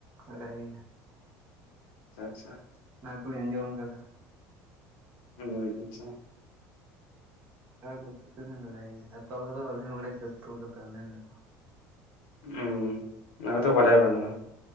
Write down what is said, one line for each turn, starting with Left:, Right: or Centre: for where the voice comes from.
Right: ᱦᱳᱭ᱾
Left: ᱟᱪᱪᱷᱟ ᱾
Right: ᱚᱱᱟ ᱠᱚᱞᱤᱧ ᱟᱸᱡᱚᱢ ᱠᱟᱫᱟ᱾
Left: <unintelligible>
Right: <unintelligible> ᱵᱟᱲᱟᱭ ᱜᱮᱭᱟ ᱟᱨ ᱛᱚᱞ ᱠᱚᱫᱚ ᱵᱟᱞᱤᱧ ᱵᱟᱲᱟᱭ ᱜᱮ ᱛᱚᱞ ᱠᱟᱫᱚ ᱟᱹᱞᱤᱧ ᱫᱚ
Left: ᱦᱩᱸ ᱚᱱᱟ ᱠᱚᱫᱚ ᱵᱟᱰᱟᱭ ᱵᱟᱹᱱᱩᱜᱼᱟ